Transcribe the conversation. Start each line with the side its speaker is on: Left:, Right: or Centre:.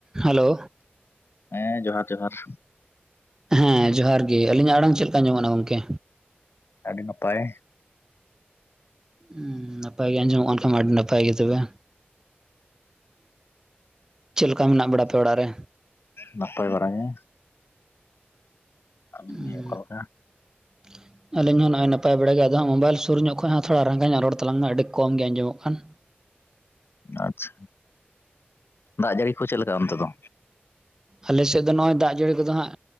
Right: ᱦᱮᱞᱳ
Left: ᱦᱮᱸ ᱡᱚᱦᱟᱨ ᱡᱚᱦᱟᱨ
Right: ᱦᱮᱸ ᱡᱚᱦᱟᱨ ᱜᱮ ᱟᱹᱞᱤᱧᱟᱜ ᱟᱲᱟᱝ ᱪᱮᱫ ᱞᱮᱠᱟ ᱟᱧᱡᱚᱢᱚᱜ ᱠᱟᱱᱟ ᱜᱚᱝᱠᱮ
Left: ᱟᱹᱰᱤ ᱱᱟᱯᱟᱭ
Right: ᱦᱩᱸ ᱱᱟᱯᱟᱭ ᱜᱮ ᱟᱸᱚᱢᱚᱜ ᱠᱟᱱ ᱠᱷᱟᱡ ᱢᱟ ᱟᱹᱰᱤᱱᱟᱯᱟᱭ ᱜᱮ ᱛᱚᱵᱮ ᱪᱮᱫᱞᱮᱠᱟ ᱢᱮᱱᱟᱜ ᱵᱟᱲᱟ ᱯᱮ ᱚᱲᱟᱜ ᱨᱮ
Left: ᱱᱟᱯᱟᱭ ᱵᱟᱲᱟ ᱜᱮ ᱟᱵᱮᱱ
Right: ᱩᱸ
Left: ᱜᱮ ᱚᱠᱟ ᱞᱮᱠᱟ
Right: <unintelligible> ᱟᱹᱞᱤᱧ ᱦᱚᱸ ᱱᱚᱜᱼᱭ ᱱᱟᱯᱟᱭ ᱵᱟᱲ ᱜᱮ ᱟᱫᱚ ᱦᱟᱜ ᱢᱳᱵᱟᱭᱤᱞ ᱥᱩᱨ ᱧᱚᱜ ᱠᱷᱚᱡ ᱦᱚᱸ ᱛᱷᱚᱲᱟ ᱨᱟᱸᱜᱟᱣ ᱧᱚᱜ ᱨᱚᱲ ᱛᱞᱟᱝᱢᱟ ᱟᱹᱰᱤ ᱠᱚᱢ ᱜᱮ ᱟᱸᱡᱚᱢᱚᱜ ᱠᱟᱱᱟ
Left: ᱟᱪᱪᱷᱟ, ᱫᱟᱜ ᱡᱟᱹᱲᱤ ᱠᱚ ᱪᱮᱫ ᱞᱮᱠᱟ ᱚᱱᱛᱮ ᱫᱚ
Right: ᱟᱞᱮᱥᱮᱫ ᱫᱚ ᱱᱚᱜ-ᱚᱭ ᱫᱟᱜ ᱡᱟᱹᱲᱤ ᱫᱚ ᱦᱟᱜ